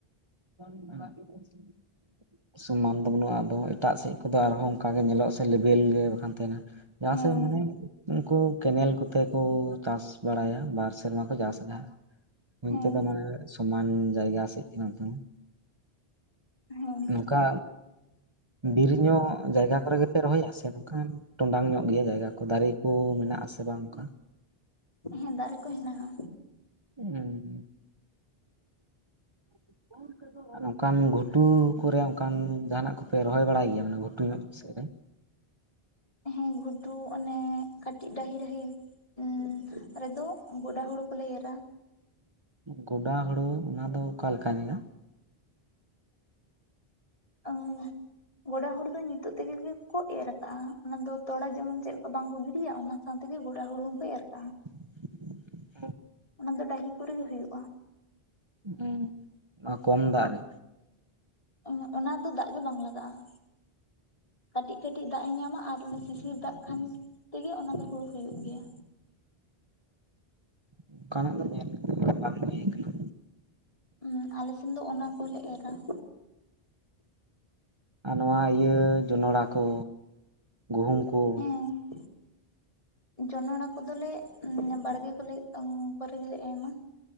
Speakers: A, on the right (about 25°); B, on the left (about 35°).
A: <unintelligible> ᱥᱚᱢᱟᱱ ᱫᱚ ᱵᱟᱹᱱᱩᱜᱼᱟ, ᱟᱫᱚ ᱮᱴᱟᱜ ᱥᱮᱡ ᱠᱚᱫᱚ ᱟᱨᱦᱚᱸ ᱚᱱᱠᱟ ᱜᱮ ᱧᱮᱞᱚᱜᱼᱟ ᱥᱮ ᱞᱮᱵᱮᱞ ᱜᱮ ᱵᱟᱠᱷᱟᱱ ᱛᱟᱦᱮᱱᱟ᱾ ᱡᱟᱦᱟᱸ
B: ᱦᱮᱸ
A: ᱥᱮᱡ ᱢᱟᱱᱮ, ᱩᱱᱠᱩ ᱠᱮᱱᱮᱞ ᱠᱚᱛᱮ ᱠᱚ ᱪᱟᱥ ᱵᱟᱲᱟᱭᱟ, ᱵᱟᱨ ᱥᱮᱨᱢᱟ ᱠᱚ ᱪᱟᱥ ᱮᱫᱟ᱾ ᱦᱳᱭ
B: ᱦᱮᱸ
A: ᱚᱱᱛᱮ ᱫᱚ ᱢᱟᱱᱮ ᱥᱚᱢᱟᱱ ᱡᱟᱭᱜᱟ ᱥᱮᱡ ᱠᱟᱱᱟ ᱛᱚ᱾
B: ᱦᱮᱸ
A: ᱱᱚᱠᱟ ᱵᱤᱨ ᱧᱚᱜ ᱡᱟᱭᱜᱟ ᱠᱚᱨᱮ ᱜᱮᱯᱮ ᱨᱚᱦᱚᱭᱟ? ᱥᱮ ᱱᱚᱝᱠᱟᱱ ᱴᱚᱸᱰᱟᱝ ᱧᱚᱜ ᱜᱮᱭᱟ ᱡᱟᱭᱜᱟ ᱠᱚ ᱫᱟᱨᱮ ᱠᱚ ᱢᱮᱱᱟᱜ ᱟᱥᱮ ᱵᱟᱝ ᱚᱝᱠᱟ?
B: ᱦᱮᱸ, ᱫᱟᱨᱮ ᱠᱚ ᱦᱮᱱᱟᱜᱼᱟ᱾
A: ᱩᱸᱻ᱾ <inaudible> ᱟᱨ ᱚᱱᱠᱟᱱ ᱜᱷᱩᱴᱩ ᱠᱚᱨᱮ ᱚᱱᱠᱟᱱ ᱡᱟᱦᱟᱱᱟᱜ ᱠᱚᱯᱮ ᱨᱚᱦᱚᱭ ᱵᱟᱲᱟᱭ ᱜᱮᱭᱟ ᱢᱟᱱᱮ ᱜᱷᱩᱴᱩ ᱧᱚᱜ ᱥᱮ ᱨᱮ?
B: ᱦᱮᱸ ᱜᱷᱩᱴᱩ ᱚᱱᱮ ᱠᱟᱹᱴᱤᱡ ᱰᱟᱹᱦᱤ- ᱰᱟᱹᱦᱤ ᱩᱸ ᱨᱮᱫᱚ ᱜᱚᱰᱟ ᱦᱩᱲᱩ ᱠᱚᱞᱮ ᱮᱨᱟ ᱾
A: ᱜᱚᱰᱟ ᱦᱳᱲᱳ ᱚᱱᱟ ᱫᱚ ᱚᱠᱟᱞᱮᱠᱟ ᱡᱟᱭᱜᱟ?
B: ᱟᱸᱻ ᱜᱚᱰᱟ ᱦᱳᱲᱳ ᱫᱚ ᱧᱤᱛᱳᱜ ᱛᱮᱜᱮ ᱜᱮᱠᱚ ᱮᱨ ᱟᱠᱟᱜᱼᱟ, ᱚᱱᱟ ᱫᱚ ᱛᱚᱲᱟ ᱡᱮᱢᱚᱱ ᱪᱮᱫ ᱞᱮᱠᱟ ᱵᱟᱝ ᱠᱚ ᱜᱤᱰᱤᱭᱟ ᱚᱱᱟ ᱥᱟᱶᱛᱮᱜᱮ ᱜᱚᱰᱟ ᱦᱩᱲᱩᱝ ᱦᱚᱸᱠᱚ ᱮᱨ ᱠᱟᱜᱼᱟ ᱾
A: <inaudible>
B: ᱚᱱᱟ ᱫᱚ ᱰᱟᱹᱦᱤ ᱠᱚᱨᱮ ᱜᱮ ᱦᱩᱭᱩᱜᱼᱟ᱾
A: ᱦᱮᱸ, ᱚᱱᱟ ᱠᱚᱢ ᱫᱟᱜ ᱨᱮ᱾
B: ᱚᱸ ᱚᱱᱟ ᱫᱚ ᱫᱟᱜ ᱜᱮ ᱵᱟᱝ ᱞᱟᱜᱟᱜᱼᱟ ᱾ ᱠᱟᱹᱴᱤᱡ ᱠᱟᱹᱴᱤᱡ ᱫᱟᱜ ᱮ ᱧᱟᱢᱟ ᱟᱨ ᱚᱱᱮ ᱥᱤᱥᱤᱨ ᱫᱟᱜ ᱠᱷᱟᱱ ᱛᱮᱜᱮ ᱚᱱᱟ ᱫᱚ ᱦᱩᱲᱩ ᱦᱩᱭᱩᱜ ᱜᱮᱭᱟ᱾
A: ᱚᱱᱠᱟᱱᱟᱜ ᱫᱚ ᱧᱮᱞ ᱜᱮ ᱵᱟᱝ ᱦᱩᱭ ᱟᱠᱟᱱᱟ ᱾
B: ᱦᱩᱸ, ᱟᱞᱮ ᱥᱮᱱ ᱫᱚ ᱚᱱᱟ ᱠᱚᱦᱚᱸᱞᱮ ᱮᱨᱟ ᱾
A: ᱟᱨ ᱱᱚᱣᱟ ᱤᱭᱟᱹ ᱡᱚᱱᱚᱲᱟ ᱠᱚ ᱜᱩᱦᱩᱢ ᱠᱚ ᱾
B: ᱦᱮᱸ ᱡᱚᱱᱚᱲᱟ ᱠᱚᱫᱚᱞᱮ ᱩᱸ ᱵᱟᱲᱜᱮ ᱠᱚᱞᱮ ᱩᱸ ᱠᱚᱨᱮ ᱜᱮᱞᱮ ᱮᱢᱟ ᱾